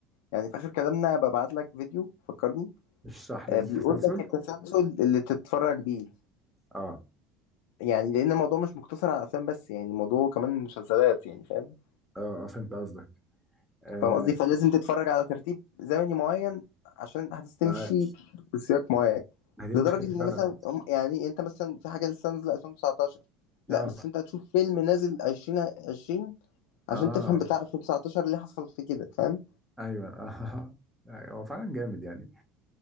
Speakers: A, on the left; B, in the centre.
A: يعني في اخر كلامنا ببعت لك فيديو فكرني
B: اشرح لي
A: آه،
B: التسلسل
A: بيقول لك التسلسل اللي تتفرج بيه
B: اه
A: يعني لان الموضوع مش مقتصر على افلام بس يعني الموضوع كمان مسلسلات يعني فاهم
B: اه آه، فهمت قصدك آه
A: فاهم قصدي فلازم تتفرج على ترتيب زمني معين عشان الاحداث تمشي
B: ما
A: بسياق معين
B: ما هي دي مشكله
A: لدرجه
B: فعلا
A: ان مثلا هم- يعني انت مثلا في حاجه لسه نازله 2019 لا
B: اه
A: بس انت هتشوف فيلم نازل 2020
B: اه
A: عشان تفهم بتاع 2019 اللي حصل فيه كده فاهم
B: ايوه اه <laughs> أيوة، هو فعلا جامد يعني